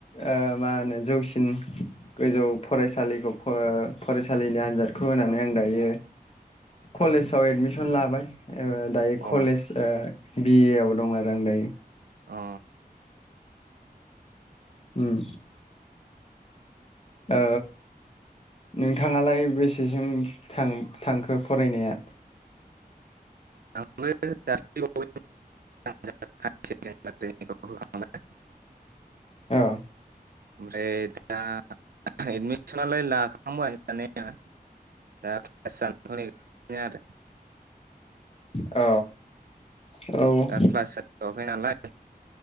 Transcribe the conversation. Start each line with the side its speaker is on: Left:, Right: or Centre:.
Left: ओ मा होनो जौसिन गोजौ फरायसालिखौ फ अ फरायसालिनि आनजादखौ होनानै आं दायो कलेजाव एडमिस सन लाबाय। ओ दायो
Right: अ
Left: कलेज ओ बि ए आव दं आरो आं दायो।
Right: अ
Left: उम। ओ नोंथांआलाय बेसे सिम थाङो थांखो फरायनाया
Right: <inaudible> <unintelligible> <unintelligible>
Left: औ
Right: ओमफ्राय दा एडमिसनालाय लाखांबाय माने <unintelligible> <unintelligible>
Left: औ औ
Right: दा <unintelligible> नालाय